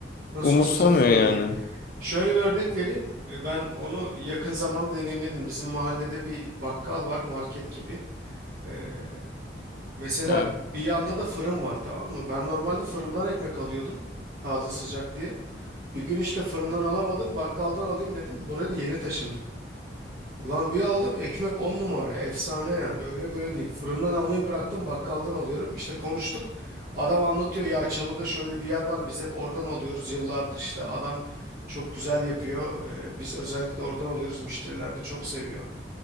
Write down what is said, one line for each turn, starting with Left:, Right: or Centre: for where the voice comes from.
Right: nasıl
Left: umursamıyor
Right: olsa satılıyor
Left: yani.
Right: deyip. Şöyle bir örnek vereyim. E, Ben onu yakın zamanda deneyimledim. Bizim mahallede bir bakkal var, market gibi. E, mesela
Left: Ha,
Right: bir yanda da fırın var, tamam mı? Ben normalde fırından ekmek alıyordum. Taze sıcak diye. Bir gün işte fırından alamadım, bakkaldan alayım dedim. Buraya da yeni taşındık. Ulan bir aldım ekmek 10 numara efsane yani öyle böyle değil. Fırından almayı bıraktım bakkaldan alıyorum. İşte konuştuk adam anlatıyor ya Çalı'da şöyle bir yer var biz hep oradan alıyoruz. Yıllardır işte adam çok güzel yapıyor. Ee, biz özellikle oradan alıyoruz müşteriler de çok seviyor.